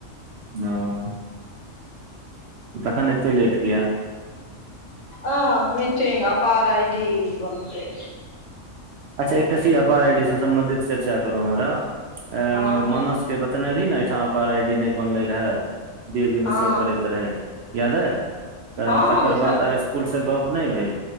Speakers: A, on the right; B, on the left.
A: नम तऽखन एते लेट किये
B: आ मीटिंग अपार आइ डी बनतै
A: अच्छा एकटा चीज अपार आई डी से सम्बंधित चर्चा करु हमरा अ
B: हँ
A: मानस के बतेने दिन एहिठाम अपार आई डी नै बनले रहेय डी ए भी में
B: हँ
A: शो करैत रहे याद हय अ
B: हँ हँ
A: तकर
B: बुझल
A: बाद आ
B: अइ
A: स्कूल से गप नय भेल